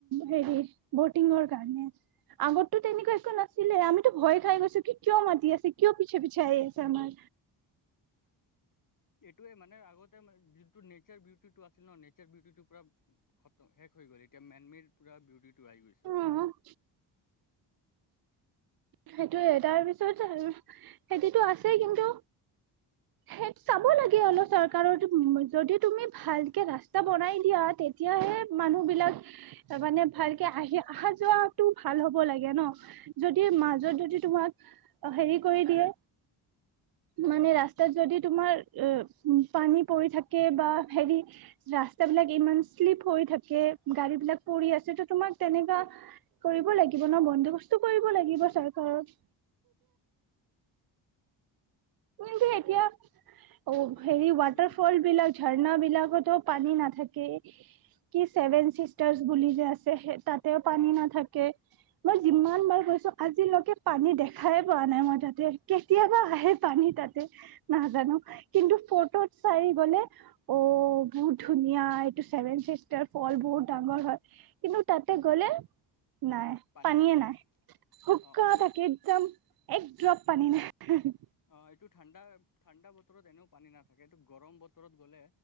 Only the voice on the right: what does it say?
হেৰি বটিঙৰ কাৰণে আগতো তেনেকুৱা একো নাছিলে আমিতো ভয় খাই গৈছো <unintelligible> চাইছে আমাৰ
আমাৰ সেইটোয়ে তাৰপিছত আৰু হেতিতো আছেই কিন্তু সেই চাব লাগে অলপ চৰকাৰৰ যদি তুমি ভালকে ৰাস্তা বনাই দিয়া তেতিয়াহে মানুহ বিলাক মানে ভালকে আহি অহা যোৱাটো ভাল হব লাগে ন যদি মাজত যদি তোমাক হেৰি কৰি দিয়ে মানে ৰাস্তাত যদি তোমাৰ পানী পৰি থাকে বা হেৰি ৰাস্তা বিলাক ইমান শ্লিপ হৈ থাকে গাড়ী বিলাক পৰি আছে ত তোমাক তেনেকুৱা কৰিব লাগিব ন বন্দবস্তু কৰিব লাগিব চৰকাৰক কিন্তু এতিয়া অ
হেৰি
ৱাটাৰ
ফল বিলাক
ঝৰ্ণা বিলাকতো পানী নাথাকে কি ছেভেন চিষ্টাৰছ বুলি যে আছে ত হে তাত তে পানী
নাথাকে মই যিমান বাৰ গৈছো আজিলৈকে পানী দেখাই পোৱা নাই মই তাতে কেতিয়াবা আহে পানী তাতে নাজানো কিন্তু ফটোত চাই গ'লে অ বহুত ধুনীয়া এইটো চছেভেন চিষ্টাৰ ফল বহুত ডাঙৰ হয় কিন্তু তাতে গ'লে নাই
পানীয়ে
নাই শুকা
থাকে একদম এক ড্ৰপ পানী নাই